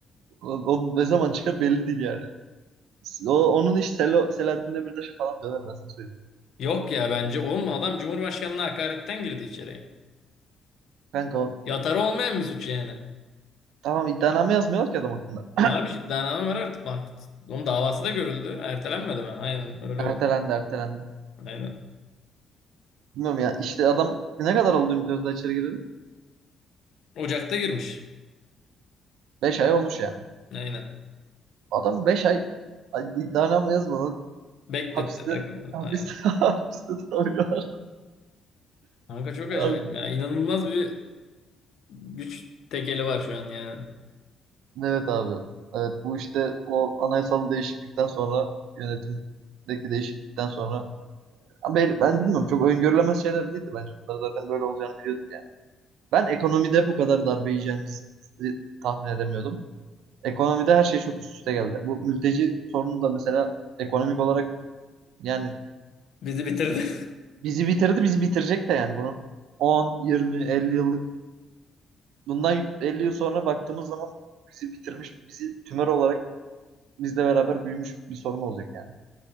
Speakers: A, on the right; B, on the left.
A: O, o ne zaman çıkar belli değil yani. O, onun iş Selo, Selahattin Demirtaş'a falan döner ben sana söyleyeyim.
B: <laughs> Yok ya bence oğlum adam Cumhurbaşkanı'na hakaretten girdi içeriye.
A: Kanka o,
B: Yatarı olmayan bir suç yani.
A: tamam iddianame yazmıyorlar ki adam hakkında.
B: Varmış iddianame var artık mahkeme. Onun davası da görüldü. Ertelenmedi mi? Aynen öyle oldu.
A: Ertelendi ertelendi.
B: Aynen.
A: Bilmiyorum ya işte adam ne kadar oldu Ümit Özdağ içeri girdi?
B: Ocak'ta girmiş.
A: 5 ay olmuş yani.
B: Aynen.
A: Adam 5 ay ay- iddianame yazmadan
B: Bekletti
A: hapiste
B: takıldı.
A: hapiste
B: Aynen.
A: <laughs> hapiste tutamıyorlar.
B: Kanka çok
A: Abi
B: acayip ya. İnanılmaz bir güç tekeli var şu an yani.
A: Evet abi. Evet bu işte o anayasal değişiklikten sonra yönetimdeki değişiklikten sonra Ama ben, ben bilmiyorum çok öngörülemez şeyler değildi bence. Bunlar zaten böyle olacağını biliyorduk yani. Ben ekonomide bu kadar darbe yiyeceğimizi tahmin edemiyordum. Ekonomide her şey çok üst üste geldi. Bu mülteci sorunu da mesela ekonomik olarak yani
B: Bizi bitirdi.
A: bizi bitirdi bizi bitirecek de yani bunu 10, 20, 50 yıllık bundan 50 yıl sonra baktığımız zaman bizi bitirmiş bizi tümör olarak bizle beraber büyümüş bir sorun olacak yani.